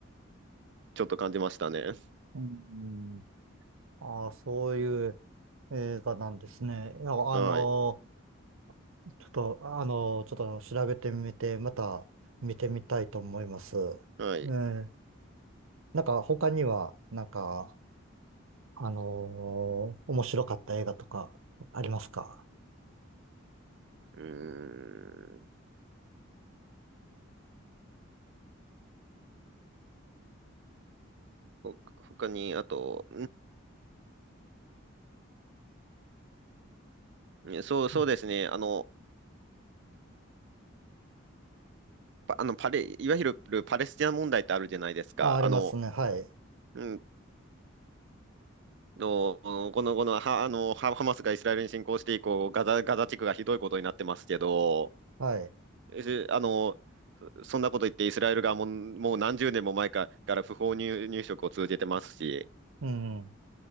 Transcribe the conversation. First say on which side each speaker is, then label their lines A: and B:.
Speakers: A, on the right; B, on the right.
A: ちょっと感じましたね。
B: うん。ああ、そういう映画なんですね。いや、
A: はい。
B: あのー、ちょっと、あのー、ちょっと調べてみて、また見てみたいと思います。
A: はい。
B: えーなんか、他には、なんか、あのー面白かった映画とかありますか
A: うーん。ほ、他に、あと、うん、そう、そうですね。
B: うん
A: あの、パあの、パレ、いわゆるパレスチナ問題ってあるじゃないですか。
B: あ、ありますね。
A: あの、
B: はい。
A: うん、の、この、この、は、あの、ハハマスがイスラエルに侵攻して以降、ガザ、ガザ地区がひどいことになってますけど、
B: はい。
A: えあの、そんなこと言ってイスラエル側も、もう何十年も前かから不法入、入植を続けてますし、
B: うん。